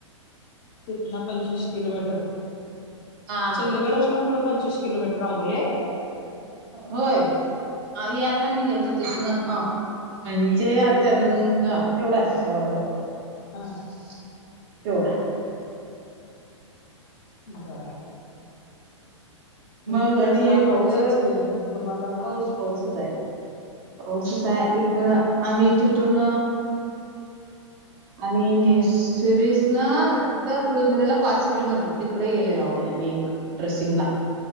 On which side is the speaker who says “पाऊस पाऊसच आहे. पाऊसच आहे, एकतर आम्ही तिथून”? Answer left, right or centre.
Right